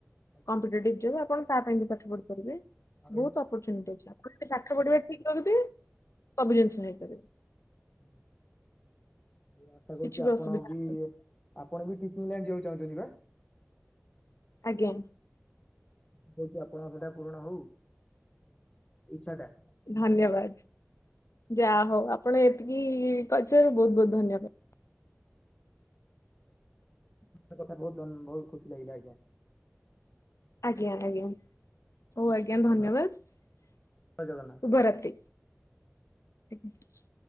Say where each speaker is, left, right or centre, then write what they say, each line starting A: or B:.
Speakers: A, on the left; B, on the left.
A: କମ୍ପିଟେଟିଭ
B: ଆଜ୍ଞା
A: ଜବ୍ ଆପଣ ତା ପାଇଁ ବି ପାଠ ପଢି ପାରିବେ
B: ଆର
A: ବହୁତ ଅପରଚୁନିଟୀ ଅଛି ଆପଣ ପାଠ ପଢିବା
B: ଆଜ୍ଞା।
A: ଠିକ ରଖିଥିବେ ସବୁ ଜିନିଷ ହେଇପାରିବ।
B: ହୁଁ। ମୁଁ ଆଶା
A: କିଛି
B: କରୁଛି ଆପଣ
A: ଅସୁବିଧା
B: ବି
A: ହବନି।
B: ଆପଣ ବି ଟିଚିଂ ଲାଇନ ଯିବାକୁ ଚାହୁଁଛନ୍ତି ବା?
A: ଆଜ୍ଞା।
B: <unintelligible> ଆପଣଙ୍କ ସେଟା ପୁରଣ ହୋଉ ଇଚ୍ଛା ଟା।
A: ଧନ୍ୟବାଦ୍। ଯାହା ହଉ ଆପଣ ଏତିକି କହିଥିବାରୁ ବହୁତ୍ ବହୁତ୍ ଧନ୍ୟବାଦ।
B: <unintelligible> ବହୁତ ବହୁତ ଖୁସି ଲାଗିଲା ଆଜ୍ଞା।
A: ଆଜ୍ଞା ଆଜ୍ଞା ହଉ ଆଜ୍ଞା ଧନ୍ୟବାଦ୍।
B: ଧନ୍ୟବାଦ
A: ଶୁଭ
B: ଜୟ ଜଗନ୍ନାଥ।
A: ରାତ୍ରି। ଆଜ୍ଞା।